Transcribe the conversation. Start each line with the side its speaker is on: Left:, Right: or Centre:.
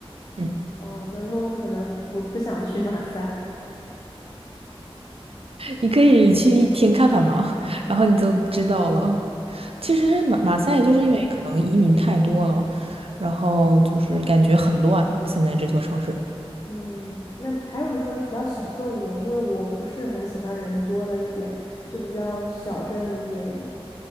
Right: 嗯
Left: 哦，那那我可能不不想去马赛。
Right: 你可以去一天看看嘛，然后你就知道了。其实马马赛就是因为可能移民太多了，然后就是感觉很乱，现在这座城市。
Left: 嗯，那还有说比较小众一点，因为我不是很喜欢人多的一点，就比较小镇一点，